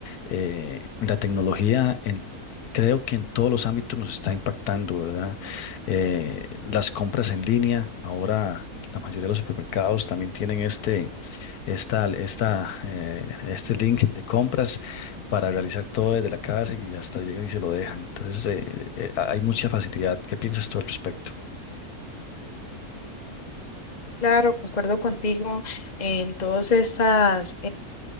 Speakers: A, on the left; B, on the left.
A: eh, la tecnología en... Creo que en todos los ámbitos nos está impactando, ¿verdad? Eh, las compras en línea, ahora la mayoría de los supermercados también tienen este, esta, esta, eh, este link de compras para realizar todo desde la casa y hasta llegan y se lo dejan. Entonces, eh, eh, hay mucha facilidad. ¿Qué piensas tú al respecto?
B: Claro, concuerdo contigo en todos estos